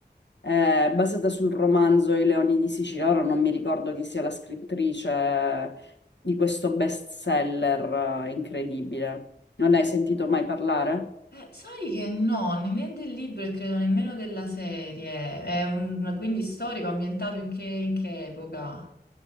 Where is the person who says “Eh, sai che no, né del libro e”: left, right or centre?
Left